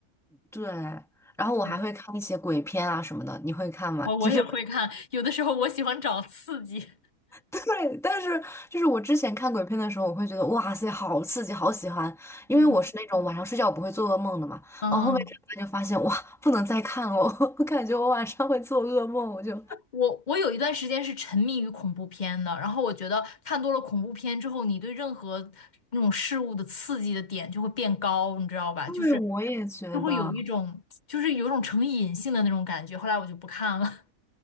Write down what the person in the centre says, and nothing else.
对，然后我还会看一些鬼片啊什么的，
你会看吗？
就是 <laughs>
对，但是就是我之前看鬼片的时候，我会觉得哇塞，好刺激，好喜欢，因为我是那种晚上睡觉不会做噩梦的嘛。
然后后面长大就发现哇，不能再看了，<laughs> 我感觉我晚上会做噩梦，我就
因为我也觉得